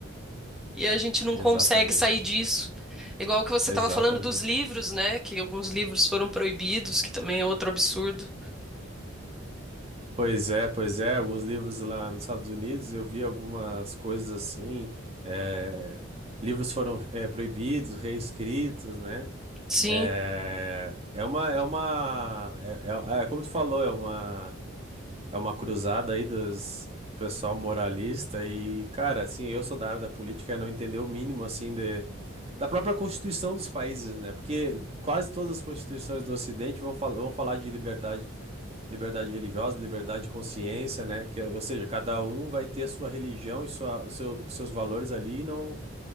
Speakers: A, in the centre; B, on the right.
A: e a gente não
B: Exatamente.
A: consegue sair disso. Igual que você
B: Exatamente.
A: estava falando dos livros, né? Que alguns livros foram proibidos, que também é outro absurdo.
B: Pois é, pois é. Alguns livros lá nos Estados Unidos, eu vi algumas coisas assim. eh, Livros foram eh, proibidos, reescritos, né?
A: Sim,
B: Eh, É uma, é uma, é, é- é como tu falou, é uma, é uma cruzada aí dos do pessoal moralista e, cara, assim, eu sou da área da política e não entender o mínimo, assim, de, da própria Constituição dos países, né? Porque quase todas as constituições do Ocidente vão, fal vão falar de liberdade Liberdade religiosa, liberdade de consciência, né? Que, ou seja, cada um vai ter a sua religião e sua, o seu, seus valores ali e não,